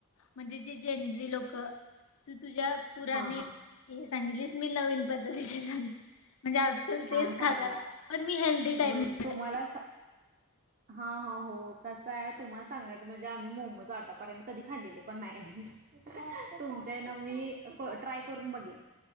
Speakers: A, on the left; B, on the right.
A: म्हणजे जी जेंजी लोक तुझ्या पुराने
B: हा हा.
A: हे सांगितलीस. मी नवीन पद्धतीची सांग म्हणजे आजकाल तेच
B: हा सांगा
A: खातात. तर मी हेल्दी टाईप
B: मग तुम्हाला
A: <unintelligible>
B: हा हा हो हो कसाय तुम्हाला सांगायच म्हणजे आम्ही मोमोज आतापर्यंत कधी खाल्लेले पण नाहीत, तुमच्या ह्याने मी क ट्राय करून बघेन.